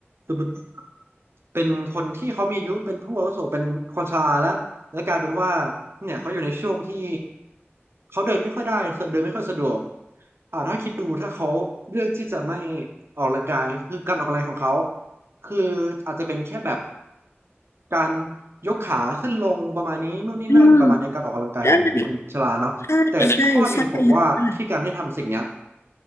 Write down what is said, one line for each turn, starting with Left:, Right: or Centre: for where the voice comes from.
Right: สมมติเป็นคนที่เขามีอายุเป็นผู้อาวุโสเป็นคนชราแล้วและกลายเป็นว่าเนี่ยเขาอยู่ในช่วงที่เขาเดินไม่ค่อยได้คือเดินไม่ค่อยสะดวกอ่าถ้าคิดดูถ้าเขาเลือกที่จะไม่ออกกำลังกายคือการออกกำลังกายของเขา คืออาจจะเป็นแค่แบบการยกขาขึ้นลงประมาณนี้นู่นนี่นั่นประมาณนี้การออกกำลังกายของคนชราเนาะแต่ข้อดีผมว่าที่การได้ทำสิ่งเนี้ย
Left: อืมได้ใช่ใช่ใช่ค่ะ